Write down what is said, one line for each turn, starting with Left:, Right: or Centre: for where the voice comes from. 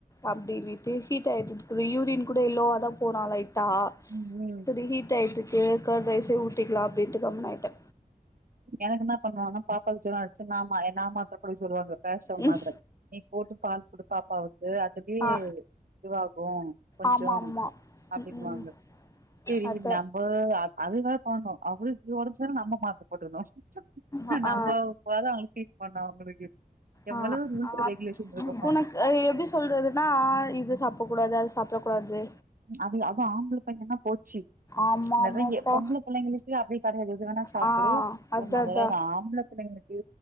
Left: அப்டினிட்டு. ஹீட் ஆயிட்ருக்கிது யூரின் கூட எல்லோவா தா போறா லைட் தா
Right: ஆமா
Left: செரி ஹீட் ஆயிட்டு ஏ கெர்டு ரைஸே ஊட்டிக்கலா அப்படின்ட்டு கம்னு ஆயிட்டே
Right: எனக்கு என்ன பண்ணுவான்னா பாப்பாவ ஜொரோ அடுச்சு நா மயங்காம பெப்டைல் சொல்லாங்க பேரஸ்டோன்
Left: ம்
Right: மாத்தர நீ போட்டு பால் குடுப்பா பவ் இது அப்டியே
Left: ஆ
Right: இதுவாகு கொஞ்சோ
Left: ஆமா ஆமா
Right: அப்டின்னு
Left: ம் ம்
Right: வாங்க செரி
Left: அத
Right: நம்ம அது வேர தோண்ணு அவளுக் ஒடம்பு சரியல்னா நம்ம மாத் போட்டுக்கணு
Left: ஆ
Right: நம்ம
Left: ஆ
Right: போல மச்சி பண்ண அவங்களுக்கு எவ்வளவு
Left: ஆஹ்
Right: ரூல்ஸ்
Left: அத்
Right: ரெகுலேஷன் இருக்குமா
Left: உனக் எப்டி சொல்றதுன்னா இது சாப்ட கூடாது அது சாப்பிடக்கூடாது
Right: அது அது ஆம்பளை பையன போச்சு
Left: ஆமா
Right: நெறைய
Left: ஆமாப்பா
Right: பொம்பளை பிள்ளைங்களுக்கு அப்டியே கெடையாது எது வேணா சாப்பிடு
Left: ஆ அதா
Right: ஒண்ணாகது
Left: அதா
Right: ஆம்பளை பிள்ளைங்களுக்கு